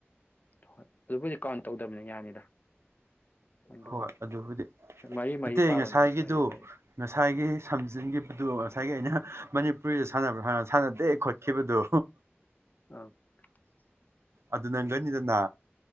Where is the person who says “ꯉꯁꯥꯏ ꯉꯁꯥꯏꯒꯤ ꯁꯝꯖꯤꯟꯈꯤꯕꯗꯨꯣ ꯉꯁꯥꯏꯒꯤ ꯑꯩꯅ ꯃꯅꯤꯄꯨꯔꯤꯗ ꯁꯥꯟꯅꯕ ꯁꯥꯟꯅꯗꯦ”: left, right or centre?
Right